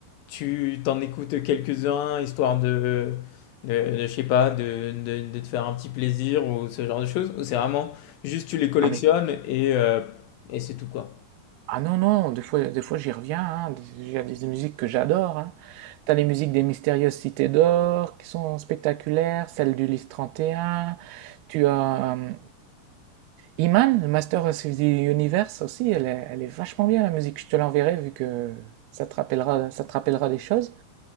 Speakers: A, on the left; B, on the right.
A: tu t'en écoutes quelques-uns, histoire de, de, de, je sais pas, de, de, de te faire un petit plaisir ou ce genre de choses? Ou c'est vraiment juste tu les collectionnes
B: Ah, mais,
A: et, euh, et c'est tout quoi?
B: ah non, non, des fois, des fois j'y reviens. hein. Il y a des musiques que j'adore. Hein. T'as les musiques des Mystérieuses Cités d'Or qui sont spectaculaires, celles du Lys 31. Tu as euh, Iman, le Master of the Universe aussi, elle est, elle est vachement bien la musique. Je te l'enverrai vu que ça te rappellera, ça te rappellera des choses.